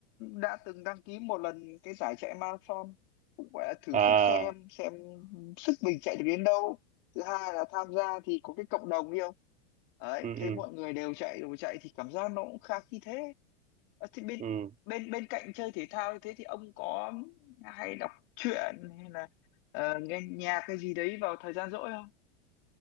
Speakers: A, on the left; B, on the right.
A: đã từng đăng ký một lần cái giải chạy marathon cũng gọi là thử
B: à
A: sức xem xem sức mình chạy được đến đâu thứ hai là tham gia thì có cái cộng đồng yêu đấy
B: ừ
A: thấy
B: ừ
A: mọi người đều chạy đều chạy thì cảm giác nó cũng khá khi thế Ờ, thì bên
B: ừ
A: bên bên cạnh chơi thể thao như thế thì ông có hay đọc truyện hay là ờ, nghe nhạc cái gì đấy vào thời gian rỗi không